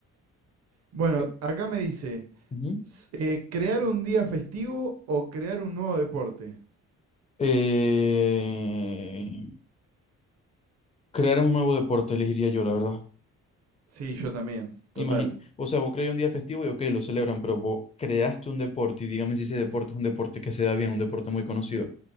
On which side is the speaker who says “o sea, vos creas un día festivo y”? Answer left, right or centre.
Left